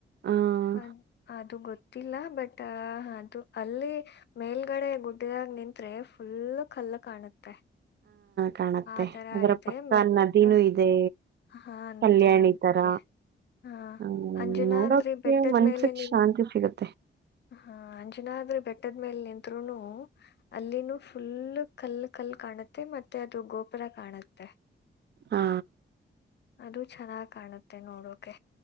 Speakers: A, on the right; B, on the left.
A: ಹಹ
B: ಅದ್ ಅದು ಗೊತ್ತಿಲ್ಲ ಬಟ್ ಅದು ಅಲ್ಲೇ ಮೇಲ್ಗಡೆ ಗುಡ್ಡಿದಾಗ ನಿತ್ ಫುಲ್ ಕಲ್ಲು ಕಾಣುತ್ತೆ
A: ಕಾಣುತ್ತೆ
B: ಆ ತರ
A: ಅದ್ರ
B: ಇದೆ
A: ಪಕ್ಕ
B: ಮತ್
A: ನದಿನೂ
B: ಆ,
A: ಇದೆ
B: ಹಾ ನದಿನೂ
A: ಕಲ್ಯಾಣ ಈ
B: ಇದೆ
A: ತರ
B: ಹಾ
A: ಹ್ಮ
B: ಅಂಜನಾದ್ರಿ
A: ನೋಡೋಕ್ಕೆ
B: ಬೆಟ್ಟದ್
A: ಒನ್ಸಕ್
B: ಮೇಲೆ ನಿಂತ್
A: ಶಾಂತಿ ಸಿಗುತ್ತೆ.
B: ಹಾ ಅಂಜನ ಆದ್ರೆ ಬೆಟ್ಟದ ಮೇಲೆ ನಿತ್ರುನು. ಅಲ್ಲಿನ ಫುಲ್ ಕಲ್ ಕಲ್ ಕಾಣುತ್ತೆ ಮತ್ತೆ ಅದು ಗೋ ಪ್ರ ಕಾಣುತ್ತೆ
A: ಹಾ.
B: ಅದು ಚೆನ್ನಾಗಿ್ ಕಾಣುತ್ತೆ ನೋಡೋಕೆ